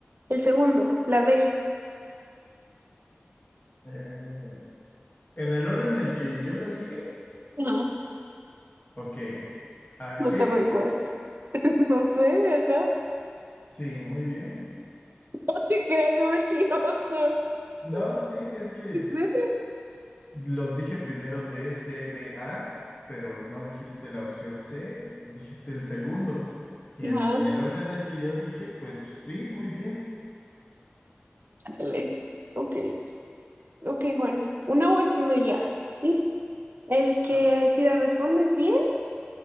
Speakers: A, on the right; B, on the left.
A: El segundo, la B.
B: Eh, en el orden en el que yo lo dije,
A: No,
B: ok. Argelia,
A: no te recuerdas. No sé, ajá. <laughs>
B: sí, muy bien.
A: No te creo que mentiroso.
B: No,
A: <laughs>
B: sí, es que
A: ¿En serio?
B: los dije primero D, C, B, A, pero no dijiste la opción C, dijiste el segundo. Y
A: Ajá.
B: en el orden en el que yo dije, pues sí, muy bien.
A: Dale. Ok, ok, Juanmi. Una última ya, ¿sí? El que
B: Ah,
A: si la respondes bien,